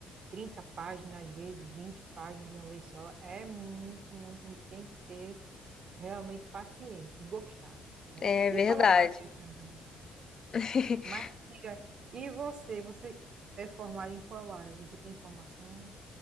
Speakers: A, on the right; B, on the left.
A: 30 páginas, às vezes 20 páginas de uma vez só, é muito, muito, muito. Tem que ter realmente paciência e gostar, né?
B: É
A: E
B: verdade.
A: colocar Deus também.
B: <laughs>
A: Mas me diga, e você? Você é formado em qual área? Você tem formação?